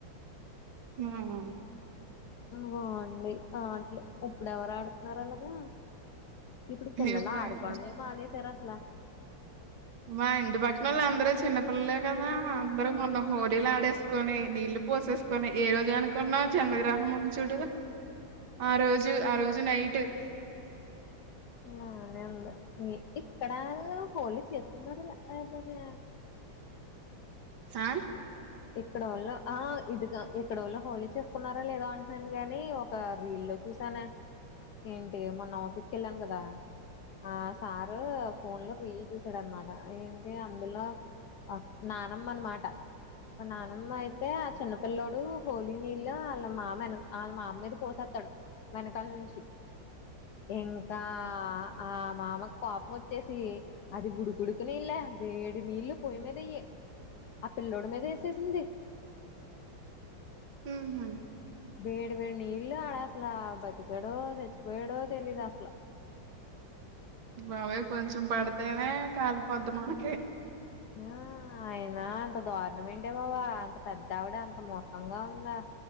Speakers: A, on the right; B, on the left.
A: ఉహ్ ఆ హా
B: బాగుంది. ఆ ఆట్లు ఉప్పుడెవరు ఆడుతున్నారు అలాగా ఇప్పుడు పిల్లలు
A: ఎప్పుడు
B: ఆడుకోవడమే
A: అక్కడ
B: మానేశారు. అసల్ ల్ల
A: మా ఇంటి పక్కన వాళ్ళ అందరు చిన్నపిల్లలే కదా అందరూ మోన్న హోలీలు ఆడేసుకొని, నీళ్లు పోసేసుకొని, ఏ రోజు అనుకున్నావ్ చంద్రగ్రహనం ఉంది చూడు ఆ రోజు ఆ రోజు నైట్ ట్
B: బానె ఉంది. ని ఇక్కడ హోలి చేస్తున్నదల అదేన్న
A: హా
B: ఇక్కడ వోల్ళ ఆ ఇదిగా ఇక్కడ వల్ళ హోలి చేసుకున్నారా లేదా అంటున్నాను. గాని ఒక రీల్ లో చూసానే ఏంటి మొన్న ఆఫీస్ కి వెళ్ళాను కదా ఆ సార్ రూ ఫోన్ లొ రీల్ చూసాడన్నమాట. ఏంటి అందులో ఆహ్ నానమ్మనమాట నానమ్మ అయితే ఆ చిన్నపిల్ల్లోడు హోలీ నీళ్ళ వాళ్ళ మామ వెన వాళ్ళ మామ్మిద పోసేస్తాడు వెనకాల నుంచి. ఇంకా ఆ మామ కోపం వచ్చేసి అది గుడిగుడుకునేళ్లే వేడి నీళ్లు పొయి మీదయ్యి ఆ పిల్ల్లోడి మీదేస్ సేసింది
A: ఉహ్ హు
B: వేడి వేడి నీ ఇల్లు ఆడా అసలా బతికాడో చచ్చిపోయాడో తెలీదు అసలు.
A: బావే కొంచెం పడతేనే కాలిపొద్ధి మనకి
B: ఆ అయనా అంట దా రుణం ఏంటే బాబ అంత పెద్ ద్దావిడ అంత మూర్ఖంగా ఉందా